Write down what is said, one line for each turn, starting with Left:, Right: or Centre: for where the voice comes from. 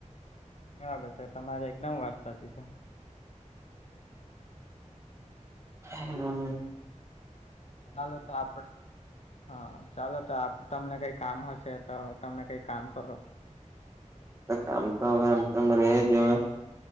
Left: હા બસ તે તમારી એકદમ વાત સાચી છે.
Right: હમ
Left: હાલો તો આપડ હા ચાલો તો આપ તમને કઈ કામ હશે તો તમે કઈ કામ કરો.
Right: કામ તો હવે આમ તેમ રહેજવા